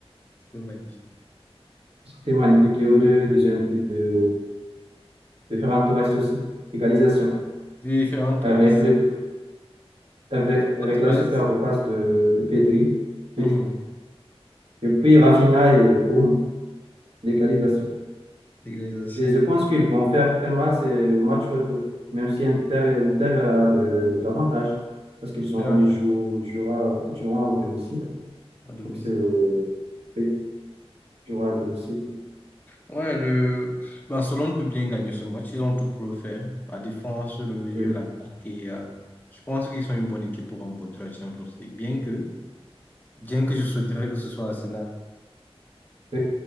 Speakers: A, on the left; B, on the right.
A: C'était magnifique.
B: C'est magnifique. Et heureux de jeune puis de, de faire un tour aussi. Égalisation.
A: Wie Verantwortung.
B: Avec, le, avec,
A: Verantwortung.
B: avec la superbe passe de, de Pedri.
A: Mhm.
B: Et, et puis Rafinha et boum, l'égalisation.
A: Égalisation.
B: Et je pense qu'ils vont faire très mal c'est au match retour, même si Inter, Inter a de, de l'avantage, parce qu'ils
A: Mais
B: ont,
A: ouais,
B: ils jouent,
A: euh,
B: ils jouera, ils joueront à domicile.
A: à domicile.
B: Donc c'est, oui, ils joueront à domicile.
A: Ouais, le Barcelone peut bien gagner ce match. Ils ont tout pour le faire. La défense, le milieu,
B: Oui.
A: l'attaque. Et euh, je pense qu'ils sont une bonne équipe pour remporter la Champions League. Bien que, bien que je souhaiterais que ce soit Arsenal.
B: <laughs>